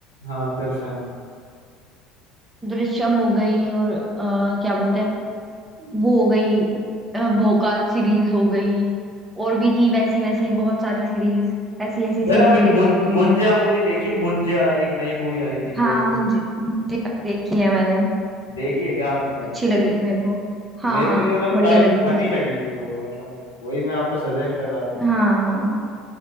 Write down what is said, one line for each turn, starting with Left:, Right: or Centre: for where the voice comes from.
Left: हाँ दृश्यम
Right: दृश्यम हो गई और अ, क्या बोलते हैं वो हो गई अ, भोकाल सीरीज हो गई और भी थी वैसी वैसी बहुत सारी सीरीज ऐसी ऐसी सीरीज
Left: यार आपने मुं,
Right: देख लेती हूँ
Left: मुंजा
Right: मैं
Left: मूवी देखी है मुंजा एक नई मूवी आई थी
Right: हाँ
Left: बॉलीवुड
Right: मुंजी
Left: में
Right: मुंजी देखी है मैंने
Left: देखी है क्या आपने
Right: अच्छी लगी थी मेरे को हाँ
Left: मेरे
Right: हाँ
Left: को ये मतलब
Right: बढ़िया
Left: काफी
Right: लगी
Left: फनी
Right: थी
Left: लगी थी वो मतलब वही मैं आपको सजेस्ट कर रहा था
Right: हाँ